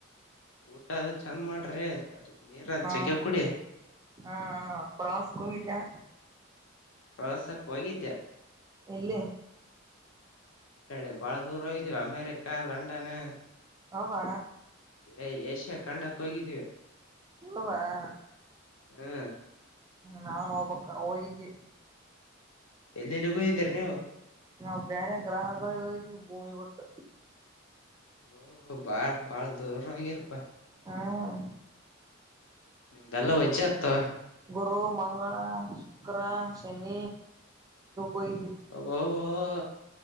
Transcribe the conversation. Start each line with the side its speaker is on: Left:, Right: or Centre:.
Left: ಊಟದ್ ಚಂದ್ ಮಾಡ್ರಿ <unintelligible>
Right: ಹಾ
Left: ಜಗ್ಗೆ ಕುಡಿ
Right: ಹ ಪ್ರಾಸ್ಗೋಗಿದ್ಯಾ?
Left: ಪ್ರವಾಸಕ್ ಹೋಗಿದ್ದೆ
Right: ಎಲ್ಲಿ
Left: <inaudible> ಬಾಳ್ ದೂರ್ ಹೋಗಿದ್ವಿ ಅಮೇರಿಕಾ, ಲಂಡನು
Right: ಅವ್ವಾ
Left: ಇದೆ ಏಶ್ಯ ಕಂಡಕ್ ಹೋಗಿದ್ವಿ
Right: ಹವಾ
Left: ಹು
Right: ನಾನ್ ಹೋಬೇಕ ಹೋಗಿದ್ದಿ
Left: ಎಲ್ಲೆಲ್ಲಿಗ್ ಹೋಗಿದ್ರಿ ನೀವು
Right: ನಾವ್ ಬ್ಯಾರೆ ಗ್ರಹಗಳ್ಗ್ ಹೋಗಿದ್ವಿ ಭೂಮಿ ಬುಟ್ಟು
Left: ಓ ಓ ಬಾ ಬಾಳ ದೂರ್ <unintelligible>
Right: ಹ್ಮ
Left: ನಿಮ್ದೆಲ್ಲ ವಜ್ಜಾತ್ತು
Right: ಗುರು ಮಂಗಳ, ಶುಕ್ರ, ಶನಿ ಹೋಗಿದ್ವಿ
Left: ಅವ್ ಅವ್ವ್ ಹಾ